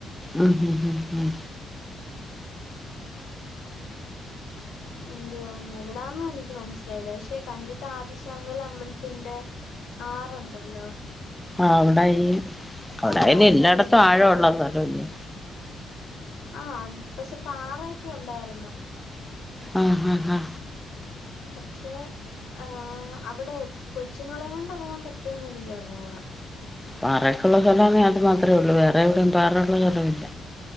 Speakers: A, in the centre; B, on the left.
A: ഉം ഉം ഉം ഉം
B: ന്തുവാന്ന് എവിടാന്നെനിക്ക് മനസ്സിലായില്ല പഷെ കണ്ടിട്ട് ആദിഷാങ്കൽ അമ്പൽത്തിന്റെ ആറുണ്ടല്ലോ
A: ആഹ് അവിടയിനി അവിടായിനില്ലായിടത്തും
B: അവിടായിട്ടാ എനിക്ക്
A: ആഴുള്ള
B: തോന്നു
A: സ്ഥലല്ലേ
B: ആഹ് പഷെ പാറയൊക്കെ ഉണ്ടായ്രുന്നു
A: ആഹ് ആഹ് ഹാ
B: പക്ഷേ ഏഹ് അവിടെ കൊച്ചുങ്ങളേം കൊണ്ടറങ്ങാൻ പറ്റോന്നെനിക്കർഞ്ഞൂട
A: പാറേക്കുള്ള സ്ഥലാണേ അത് മാത്രേള്ളൂ വേറെ വിടെയും പാറള്ള സ്ഥലം ഇല്ല